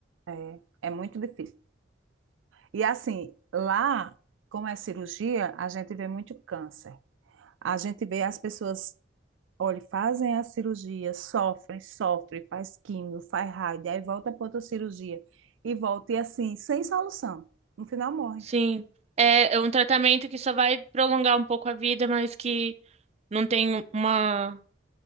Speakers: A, on the right; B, on the right.
A: É, é muito difícil. E assim, lá, como é cirurgia, a gente vê muito câncer. A gente vê as pessoas, olha, fazem a cirurgia, sofrem, sofrem, faz químio, faz raio, aí volta para outra cirurgia e volta e assim, sem solução. No final morre.
B: Sim. É é um tratamento que só vai prolongar um pouco a vida, mas que não tem uma